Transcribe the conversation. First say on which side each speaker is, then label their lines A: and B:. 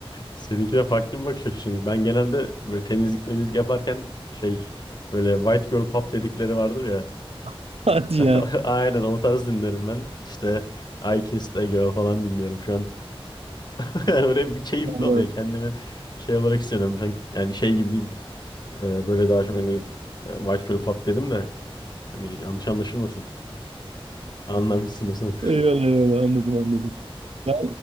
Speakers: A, on the left; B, on the right.
A: Seninki de farklı bir bakış açısı. Ben genelde böyle temizlik memizlik yaparken şey böyle white girl pop dedikleri vardır ya.
B: <laughs> Hadi
A: <laughs>
B: ya.
A: Aynen o tarz dinlerim ben. İşte I Kissed a Girl falan dinliyorum şu an. <laughs> Öyle bir keyifli
B: Vallahi.
A: oluyor kendimi şey olarak hissediyorum. Sanki- Yani şey gibi değil. Ee, böyle daha çok hani e, White Girl Pop dedim de hani yanlış anlaşılmasın. Anlamışsındır sen.
B: Eyvallah eyvallah anladım anladım. Ya